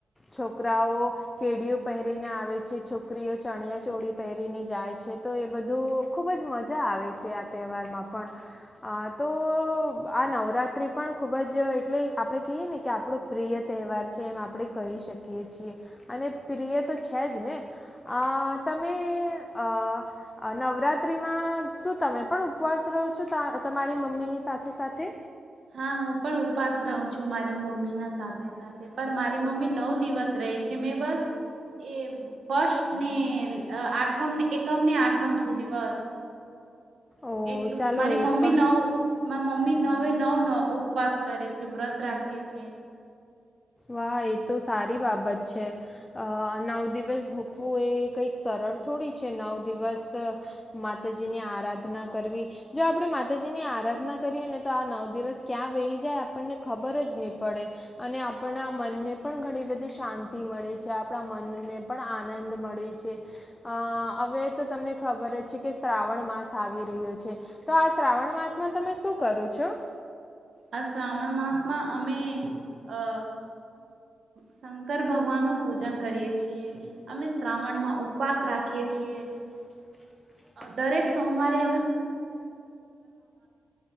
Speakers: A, on the left; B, on the right.
A: છોકરાઓ કેડીયુ પહેરીને આવે છે, છોકરીઓ ચણિયાચોડી પહેરીને જાય છે, તો એ બધું ખૂબ જ મજા આવે છે, આ તહેવારમાં પણ અ તો આ નવરાત્રી પણ ખૂબ જ એટલે આપણે કહીએ. ને કે આપણો પ્રિય તહેવાર છે, એમ આપણે કહી શકીએ છીએ, અને પ્રિય તો છે, જ ને અ તમે અ અ નવરાત્રીમા શું તમે પણ ઉપવાસ રહો છો, ત તમારી મમ્મીની સાથે -સાથે
B: હા, હું પણ ઉપવાસ રહુ છુ. મારી મમ્મીના સાથે સાથે પણ મારી મમ્મી નવ દિવસ રહે છે, મેં બસ એ ફસ્ટ, ને અ આઠમને એકમ ને આઠમ સુધી બસ
A: ઓ
B: એટલુ,
A: ચાલો
B: જ મારી
A: એ
B: મમ્મી
A: પણ
B: નવ મારી મમ્મી નવ નવે નવ ઉપવાસ કરે છે, વ્રત રાખે છે.
A: વાહ એ તો સારી બાબત છે, નવ દિવસ ભૂખવું એ કઈક સર થોડી છે, નવ દિવસ માતાજી ની આરાધના કરવી જો આપણે માતાજીની આરાધના કરીએ ને, તો આ નવ દિવસ ક્યાં વહી જાય આપણને ખબર જ નહી, પડે અને આપ આપણા મનને પણ ઘણી બધી શાંતિ મળે છે, આપણા મનને પણ આનંદ મળે છે. અ હવે તો તમને ખબર જ છે, કે શ્રાવણ માસ આવી રહ્યો છે. તો આ શ્રાવણ માસ માસમાં તમે શું કરો છો.
B: આ શ્રાવણ માસમા અમે અ શંકર ભગવાનનુ પૂજન કરીએ છીએ અમે શ્રાવણમાં ઉપવાસ રાખીએ છીએ.
A: <inaudible>
B: દરેક સોમવારે.